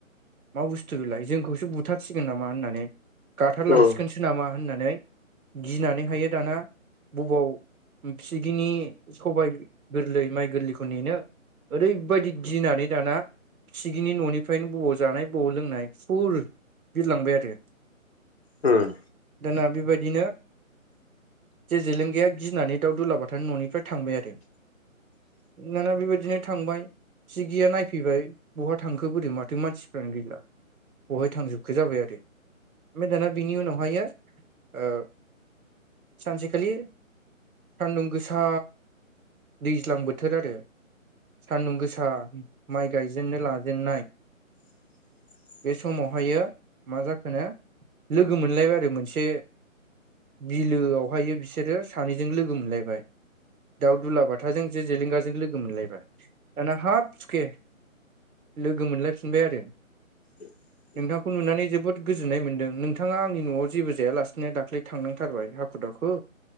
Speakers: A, on the right; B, on the left.
A: मा बुस्थु बेलाय जोंखौसो बुथारसिगोन नामा होननानै गाथारलांसिगोनसो
B: उम
A: नामा होननानै गिनानै हायो दाना बबाव फिसिगिनि सबाय गोरलै, माइ गोरलैखौ नेनो ओरैबायदि गिनानै दाना फिसिगिनि न'निफ्रायनो बबाव जानाय बबाव लोंनाय फुर बिरलांबाय आरो।
B: उम
A: दाना बेबायदिनो जो जेलेंगाया गिनानै दाउ दुलाबाथानि न'निफ्राय थांबाय आरो। दाना बेबायदिनो थांबाय फिसिगिया नायफैबाय बहा थांखो बोरै माथो मानसिफ्रानो गैला। बहाय थांजोबखो जाबाय आरो? ओमफ्राय दाना बिनि उनावहायो ओ सानसेखालि सान्दुं गोसा दैज्लां बोथोर आरो। सान्दुं गोसा माइ गायजेननो लाजेनाय
B: <inaudible>
A: बे समावहायो मा जाखोनो लोगो मोनलायबाय आरो मोनसे बिलोआवहायो बिसोरो सानैजों लोगो मोनलायबाय। दाउ दुलाबाथाजों जे जेलेंगाजों लोगो मोनलायबाय दाना हाब सुखे! लोगो मोनलायफिनबाय आरो
B: <inaudible>
A: नोंथांखौ नुनानै जोबोद गोजोननाय मोनदों नोंथाङा आंनि न'आव जेबो जायालासिनो दाख्लै थांनांथारबाय हाखु दा खु